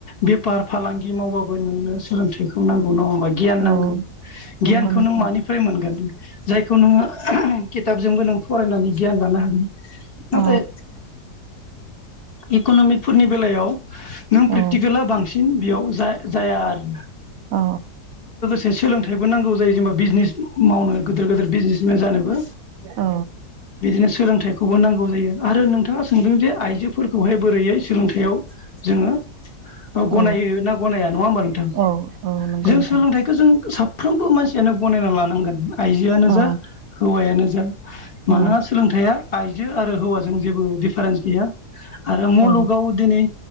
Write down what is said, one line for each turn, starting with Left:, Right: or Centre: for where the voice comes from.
Left: बेफार फालांगि मावबाबो नोंनो सोलोंथाइखौ नांगौ नङा गियान नांगौ
Right: औ नंगौ
Left: गियानखौ
Right: नोंथां
Left: नों मानिफ्राय मोनगोन जायखौ नोङो खिथाबजोंबो नों फरायनानै गियान लानो हागोन।
Right: औ
Left: नाथाय इक'नमिकफोरनि बेलायाव नों
Right: औ
Left: प्रेकटिकेला बांसिन बेयाव ज जाया आरो।
Right: अ।
Left: जे सोलोंथाइबो नांगौ जायो जेनेबा बिजनेस मावनानै गिदिर गिदिर बिजनेसमेन जानोबो
Right: औ
Left: बिदिनो सोलोंथाइखौ नांगौ जायो आरो नोंथाङा सोंदों जे आइजोफोरखौहाय बोरैहै सोलोंथाइयाव जोङो ओ गनायो
Right: औ
Left: ना गनाया नङा होमबा नोंथां
Right: औ औ नंगौ
Left: जों
Right: नोंथां
Left: सोलोंथाइखो जों साफ्रोमबो मानसियानो गनायना लानांगोन। आइजोआनो
Right: औ
Left: जा हौवायानो जा मानोना
Right: औ
Left: सोलोंथाइया आइजो आरो हौवाजों जेबो दिडिफारेन्स गैया आरो मुलुगाव
Right: औ
Left: दिनै